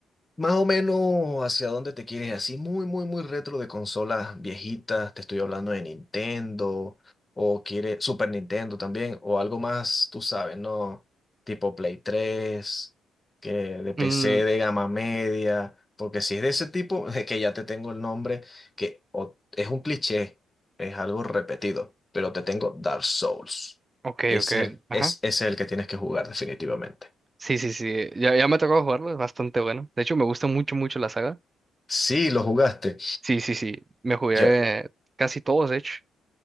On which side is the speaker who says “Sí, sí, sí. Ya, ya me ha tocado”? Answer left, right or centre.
Right